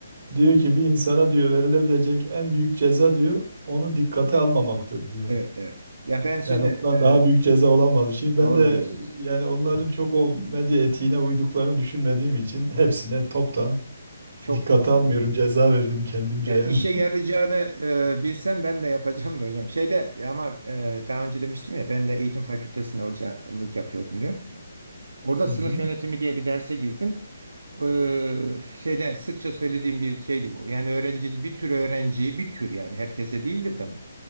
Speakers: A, on the right; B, on the right.
A: Diyor ki bir insana diyor verilebilecek en büyük ceza diyor onu dikkate almamaktır diyor.
B: Evet evet. Ya ben şimdi
A: Yani ondan
B: evet,
A: daha büyük ceza olamaz. Şimdi ben
B: doğru
A: de
B: diyorsunuz.
A: yani onların çok o medya etiğine uyduklarını düşünmediğim için hepsine toptan
B: Çok
A: Dikkate
B: doğru
A: almıyorum.
B: diyorsunuz.
A: Ceza verdim kendimce
B: Yani
A: yani.
B: işe yarayacağını e, bilsem ben de yapacağım da hocam. Şeyde ama e, daha önce demiştim ya ben de eğitim fakültesinde hocalık yapıyordum diyor. Orada
A: <laughs> Hı
B: sınıf
A: hı.
B: yönetimi diye bir derse girdim. Ee, şeyde sıkça söylediğim bir şeydi bu. Yani öğrencinin bir tür öğrenciyi bir tür yani herkese değildir de bu.